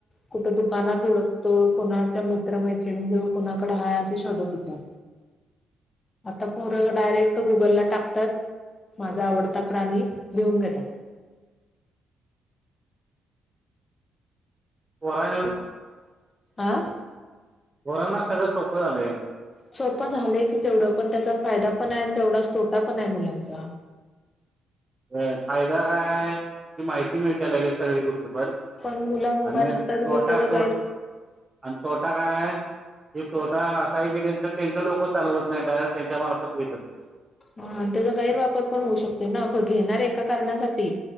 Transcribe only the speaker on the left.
कुठं दुकानात हुडकतो कोणाच्या मित्र मैत्रीणी जवळ कोणाकडे हाय असं शोधत होतो.
आता पोर डायरेक्ट गुगलला टाकतात. माझा आवडता प्राणी लिहून घेतात.
आं?
सोपं झालंय की तेवढं पण त्याचा फायदा पण आय आणि तेवढाच तोटा पण आय मुलांचा.
पण मुलं मोबाईल
हातात
घेऊन त्याचा
गैर
हा आणि त्याचा गैरवापर पण होऊ शकतो ना आपण घेणार एका कारणासाठी.